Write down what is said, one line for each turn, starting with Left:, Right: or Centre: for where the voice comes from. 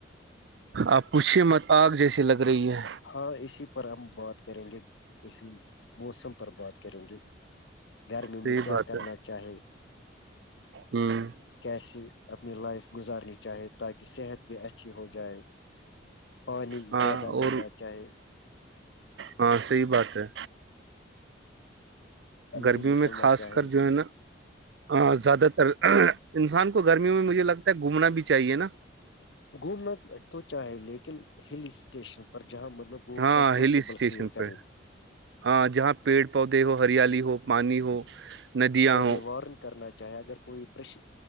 Right: آپ پوچھیے مت آگ جیسی لگ رہی ہے
Left: ہاں اسی پر ہم بات کریں گے اسی موسم پر بات کریں گے گرمی
Right: صحیح
Left: میں کیا
Right: بات
Left: کرنا
Right: ہے
Left: چاہے
Right: ہ
Left: کیسے اپنی لائف گزارنی چاہے تاکہ صحت بھی اچھی ہو جائے پانی
Right: ہاں
Left: زیادہ
Right: اور
Left: لینا چاہیے
Right: ہاں صحی بات ہے
Left: نہیں
Right: گرمیوں
Left: نکلنا
Right: میں خاص
Left: چاہے
Right: کر جو ہے نا ہاں زیادہ تر انسان کو گرمیوں میں مجھے لگتا ہے گھومنا بھی چاہیے نا
Left: گھومنا تو چاہے لیکن ہلی اسٹیشن پر جہاں مطلب وہ
Right: ہاں
Left: کمفرٹیبل
Right: ہلی اسٹیشن
Left: فیل کریں
Right: پہ ہاں جہاں پیڑ پودے ہو ہریالی ہو پانی ہو ندیاں
Left: ارے
Right: ہوں
Left: میں وارن کرنا چاہیں اگر کوئیش